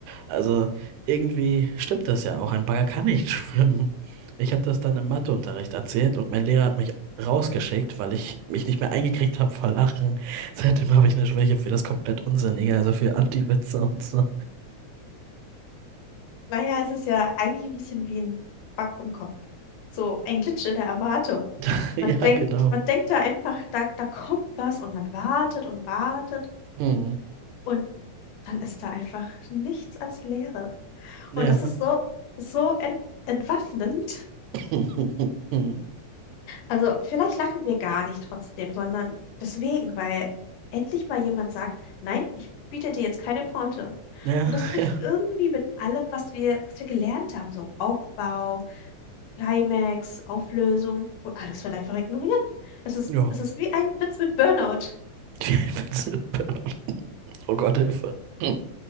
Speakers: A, on the right; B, on the left.
A: Also irgendwie stimmt das ja auch. Ein Bagger kann nicht <laughs> schwimmen. Ich habe das dann im Matheunterricht erzählt und mein Lehrer hat mich rausgeschickt, weil ich mich nicht mehr eingekriegt habe vor Lachen. <laughs> Seitdem habe ich eine Schwäche für das komplett Unsinnige, also für Anti-Witze und so.
B: Naja, es ist ja eigentlich ein bisschen wie ein Bug im Kopf. So ein Glitch in der Erwartung.
A: <laughs> Ja,
B: Man denkt,
A: genau.
B: man denkt da einfach, da, da kommt was und man wartet und wartet
A: Hm.
B: und dann ist da einfach nichts als Leere.
A: Ja.
B: Und das ist so, so ent entwaffnend.
A: <laughs> Hm.
B: Also vielleicht lachen wir gar nicht trotzdem, sondern deswegen, weil endlich mal jemand sagt, nein, ich biete dir jetzt keine Pointe.
A: Ja,
B: Und das bricht
A: ja.
B: irgendwie mit allem, was wir, was wir gelernt haben, so Aufbau, Climax, Auflösung und alles wird einfach ignoriert. Es ist,
A: Ja.
B: es ist wie ein Witz mit Burnout.
A: <laughs> Wie ein Witz <laughs> mit P. Oh Gott, Hilfe. Hm.